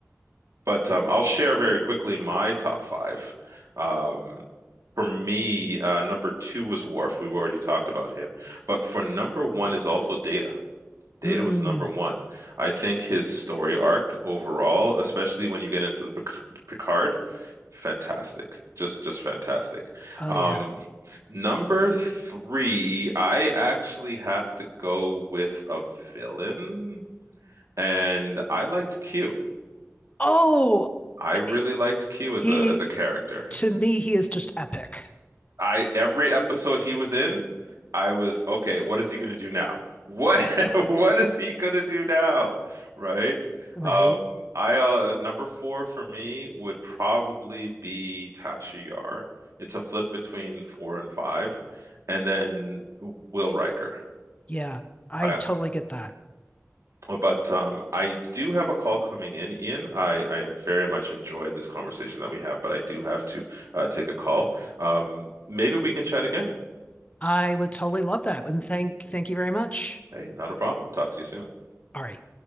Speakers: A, on the right (about 80°); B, on the left (about 25°).
A: But um, I'll share very quickly my top five. Um, for me, uh, number two was Worf. We've already talked about him. But for number one is also Data. Data
B: Mm,
A: was number one. I think his story arc overall, especially when you get into the Pic- Picard, fantastic. Just just fantastic.
B: oh
A: Um,
B: yeah.
A: number three, I actually have to go with a villain, and I liked Q.
B: Oh,
A: I really
B: eh, eh,
A: liked Q as
B: he
A: a as a character.
B: to me he is just epic,
A: I every episode he was in, I was okay, what is he going to do now? What <laughs> what is he going to do now? Right?
B: right?
A: Um I uh number 4 for me would probably be Tasha Yar. It's a flip between 4 and 5 and then Will Riker.
B: Yeah, I
A: I
B: totally get that.
A: Well, But um, I do have a call coming in, Ian. I, I very much enjoyed this conversation that we have, but I do have to uh, take a call. Um, maybe we can chat again.
B: I would totally love that. And thank thank you very much.
A: Hey, not a problem. Talk to you soon.
B: All right.